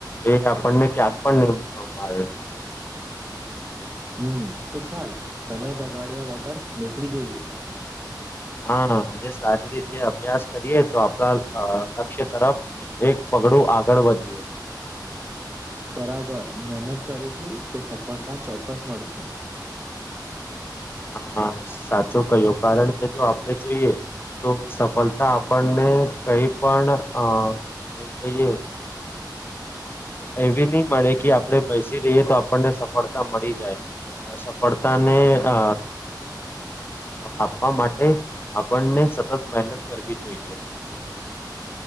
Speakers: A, on the left; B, on the right.
A: એ આપણને ક્યાંક પણ નહીવામાં આવે
B: હમ તો ચાલ સમય બગાડ્યા વગર નીકળી જઈએ
A: હા આજ સારી રીતે અભ્યાસ કરીએ તો આપડા અ લક્ષ્ય તરફ એક પગડું આગળ વધીએ
B: બરાબર મહેનત કરીશું તો સફળતા ચોક્કસ મળશે
A: હા સાચું કહ્યું કારણ કે જો આપડે જોઈએ તો સફળતા આપણને કઈ પણ અ એમ કહીએ એવી નહી મળે કે આપડણે બેસી રહીએ તો આપણને સફળતા મળી જાય સફળતા ને અ આપવા માટે આપણને સતત મહેનત કરવી જોઈએ
B: હમ